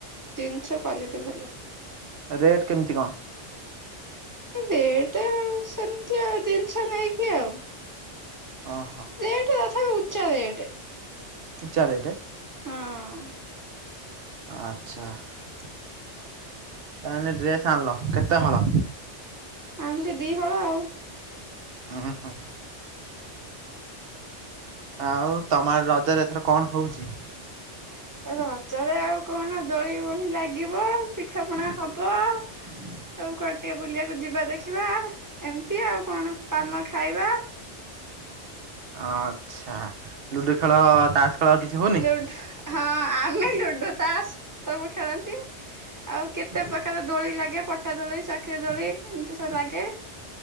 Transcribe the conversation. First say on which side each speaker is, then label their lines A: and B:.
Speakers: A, on the right; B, on the right.
A: ଜିନିଷ କ୍ଵାଲିଟି ଭଲ।
B: ରେଟ୍ କେମିତି କଣ?
A: ରେଟ ସେମିତି ଆଉ ଜିନିଷ ନେଇକି ଆଉ।
B: ଓ ହୋ।
A: ରେଟ ତଥାପି ଉଚ୍ଚା ରେଟ।
B: ଉଚ୍ଚା ରେଟ।
A: ହଁ।
B: ଆଚ୍ଛା। ତାହେନେ ଡ୍ରେସ୍ ଆଣିଲ କେତେ ହଳ?
A: ଆଣିଲି ଦିହଳ ଆଉ।
B: ଉଁ ହୁଁ ହୁଁ। ଆଉ ତମର ରଜରେ ଏଥର କଣ ହଉଛି?
A: ଏ ରଜରେ ଆଉ କଣ ଦୋଳି ଫୋଳି ଲାଗିବ ପିଠା ପଣା ହବ। ଆଉ କୁଆଡେ ଟିକେ ବୁଲିବାକୁ ଯିବା ଦେଖିବା ଏମିତି ଆଉ କଣ ପାନ ଖାଇବା।
B: ଆଚ୍ଛା। ଲୁଡୁ ଖେଳ, ତାସ୍ ଖେଳ କିଛି ହଉନି?
A: ଲୁଡୁ ହଁ ଆମେ ଲୁଡୁ, ତାସ ସବୁ ଖେଳନ୍ତି। ଆଉ କେତେ ପ୍ରକାର ଦୋଳି ଲାଗେ ପଟା ଦୋଳି, ଚକିରି ଦୋଳି ଏମିତି ସବୁ ଲାଗେ।